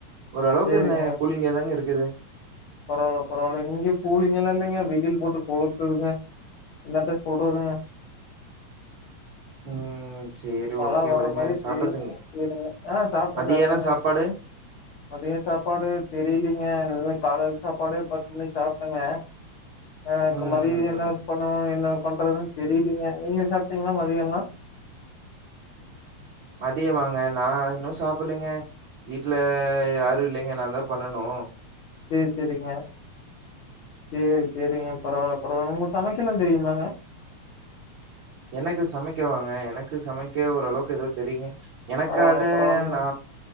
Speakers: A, on the right; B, on the left.
A: ஒரு அளவுக்கு
B: சேரிங்க
A: ந கூலிங்க தாங்க இருக்குது
B: பரவால்ல பரவால்ல இங்க கூலிங்கெல்லா இல்லைங்க வெயில் போட்டு கொளுத்துதுங்க என்னாத்த சொல்றதுங்க
A: ம் சரி
B: மழ
A: ஓகே
B: வர
A: விடுங்க
B: மாரியே
A: சாப்ட்டாச்சுங்களா
B: தெரியலைங்க சேரிங்க ஆ சாப்ட்ட
A: மதியான
B: சாப்ட்டங்க
A: சாப்பாடு?
B: மதிய சாப்பாடு தெரியலீங்க காலையில சாப்பாடு பத்து மணிக்கு சாப்ட்டங்க ஆ இப்ப
A: ம்,
B: மதிய
A: ம்,
B: என்ன
A: ம்.
B: பண்ணுவாங்க என்ன பண்றது தெரியலீங்க நீங்க சாப்ட்டீங்களா மதியல்லா
A: மதிய வாங்க நா இன்னு சாப்படலைங்க வீட்ல யாரு இல்லைங்க நா தா பண்ணணு
B: சேரி சேரிங்க சேரி சேரிங்க பரவால்ல பரவால உங்களுக்கு சமைக்கலா தெரியுமாங்க
A: எனக்கு சமைக்க வாங்க எனக்கு சமைக்க ஓரளவுக்கு ஏதோ தெரியுங்க எனக்காக
B: பரவால்ல பரவால்லங்க
A: நா